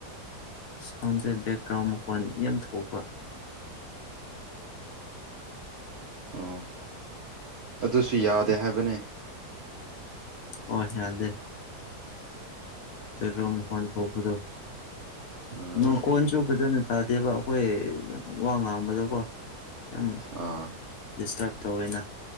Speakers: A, on the left; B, on the right.
A: ꯈꯪꯗꯦ ꯕꯦꯛꯒ꯭ꯔꯥꯎꯟ ꯃꯈꯣꯜ ꯌꯥꯝ ꯊꯣꯛꯄ
B: ꯑꯣ ꯑꯗꯨꯁꯨ ꯌꯥꯗꯦ ꯍꯥꯏꯕꯅꯦ
A: ꯑꯣꯏ ꯅꯥꯗꯦ ꯕꯦꯛꯒ꯭ꯔꯥꯎꯟ ꯃꯈꯣꯜ ꯊꯣꯛꯄꯗꯣ
B: ꯎꯝ
A: ꯅꯀꯣꯟꯁꯨ ꯐꯖꯅ ꯇꯥꯗꯦꯕ ꯑꯩꯈꯣꯏ ꯋꯥ ꯉꯥꯡꯕꯗꯀꯣ ꯌꯥꯝ
B: ꯑꯥ
A: ꯗꯤꯁꯇꯞ ꯇꯧꯏꯅꯥ